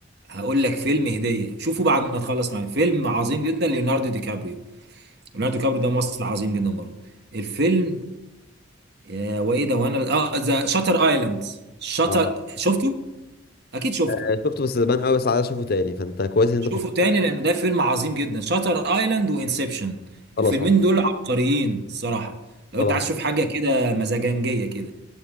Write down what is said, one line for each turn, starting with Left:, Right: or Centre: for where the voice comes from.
Right: هقول لك فيلم هديه شوفوا بعد ما تخلص معايا فيلم عظيم جدا ليوناردو دي كابريو ليوناردو دي كابريو ده ممثل عظيم جدا برضه الفيلم آه، وايه ده وانا اه ذا شاتر ايلاند شاتر
Left: اه
Right: شفته اكيد شفته
Left: يعني شفته بس زمان قوي بس عايز اشوفه تاني فانت كويس ان انت
Right: شوفوا
Left: فكرت
Right: تاني لان ده فيلم عظيم جدا شاتر ايلاند وانسبشن
Left: خلاص
Right: الفيلمين
Left: آه،
Right: دول عبقريين الصراحه لو
Left: خلاص
Right: انت عايز تشوف حاجه كده مزاجنجيه كده